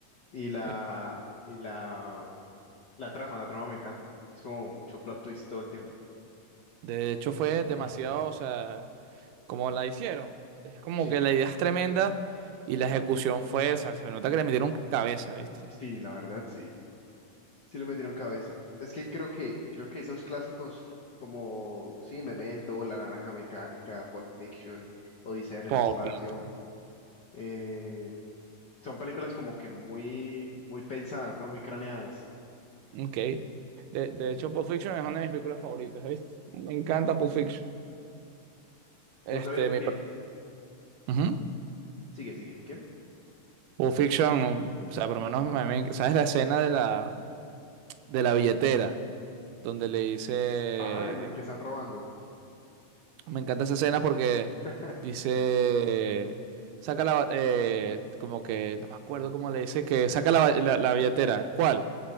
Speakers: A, on the left; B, on the right.
A: Y la,
B: Eh,
A: y la, la trama, la trama me encanta. Es como mucho plot twist todo el tiempo.
B: de hecho, fue demasiado,
A: <clears throat>
B: o sea, como la hicieron. Es como
A: Sí,
B: que la idea es tremenda y la ejecución fue, o sea, se nota que le metieron cabeza, ¿viste?
A: sí, la verdad, sí. Sí le metieron cabeza. Es que creo que creo que esos clásicos como sí, Memento, La Naranja Mecánica, Pulp Fiction, Odisea en el
B: Pulp
A: espacio,
B: Fiction.
A: eh, son películas como que muy muy pensadas, ¿no? Muy craneadas.
B: Ok. De, de hecho, Pulp Fiction es una de mis películas favoritas, ¿viste? Me encanta Pulp Fiction. Este,
A: ¿Vos sabías
B: mi...
A: que
B: Ujú.
A: sigue, sigue, ¿qué?
B: Pulp Fiction, o sea, por lo menos, me- me- ¿sabes la escena de la... de la billetera, donde le dice,
A: Ajá, en- que están robando.
B: me encanta esa escena porque
A: <laughs>
B: dice,
A: Sí.
B: saca la, ba- eh, como que, no me acuerdo cómo le dice, que saca la, ba- la- la billetera. ¿Cuál?